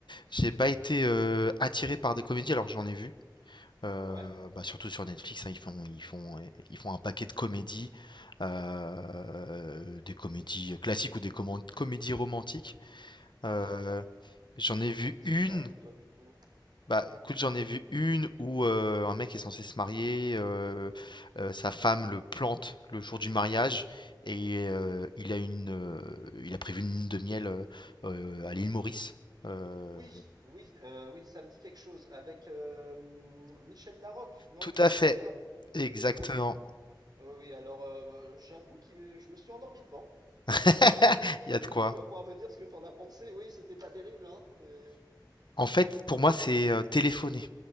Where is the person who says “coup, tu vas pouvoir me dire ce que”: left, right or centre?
Right